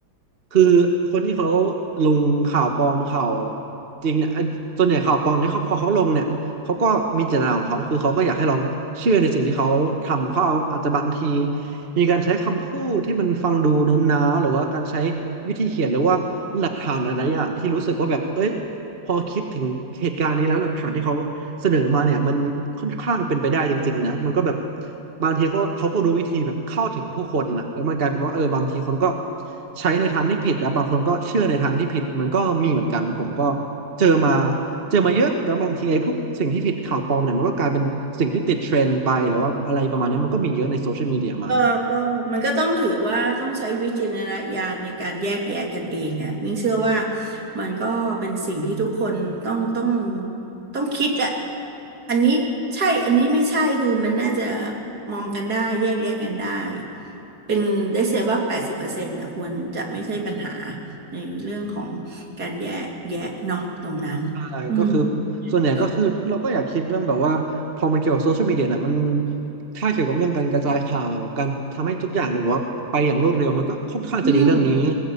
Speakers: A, on the right; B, on the right.
A: คือคนที่เขาลงข่าวปลอมข่าวจริงเนี่ยไอ้ส่วนใหญ่ข่าวปลอมเนี่ยเขาพอเขาลงเนี่ยเขาก็มีเจตนาของเขาคือเขาก็อยากให้ลองเชื่อในสิ่งที่เขาทำเขาเอาอาจจะบางทีมีการใช้คำพูดที่มันฟังดูโน้มน้าวหรือว่าการใช้วิธีเขียนหรือว่าหลักฐานหลายๆอย่างที่รู้สึกว่าแบบเอ้ยพอคิดถึงเหตุการณ์นี้แล้วหลักฐานที่เขา เสนอมาเนี่ยมันค่อนข้างเป็นไปได้จริงๆนะมันก็แบบบางทีเขาเขาก็รู้วิธีแบบเข้าถึงผู้คนนะแล้วมันกลายเป็นว่าเออบางทีคนก็ใช้ในทางที่ผิดแล้วบางคนก็เชื่อในทางที่ผิดมันก็มีเหมือนกันผมก็เจอมาเจอมาเยอะแล้วบางทีไอ้พวกสิ่งที่ผิดข่าวปลอมเนี่ยมันก็กลายเป็นสิ่งที่ติดเทรนด์ไปหรือว่าอะไรประมาณเนี้ยมันก็มีเยอะในโซเชียลมีเดียมา
B: เออก็มันก็ต้องถือว่าต้องใช้วิจารณญาณในการแยกแยะกกันเองอ่ะมิ้งเชื่อว่ามันก็เป็นสิ่งที่ทุกคนต้องต้องต้องคิดอ่ะอันนี้ใช่อันนี้ไม่ใช่คือมันน่าจะมองกันได้แยกแยะกันได้เป็นได้เสียว่าแปดสิบเปอร์เซ็นต์นะควรจะไม่ใช่ปัญหาในเรื่องของการแยกแยะเนาะตรงนั้นอืม
A: ใช่ก็คือส่วนใหญ่ก็คือเราก็อยากคิดเรื่องแบบว่าพอมันเกี่ยวกับโซเชียลมีเดียน่ะมัน
B: ก็
A: ถ้าเกี่ยวกับเรื่องการกระจายข่าวการทำให้ทุกอย่างแบบว่าไปอย่างรวดเร็วมันก็ค่อนข้างจะดีเรื่องนี้
B: อืม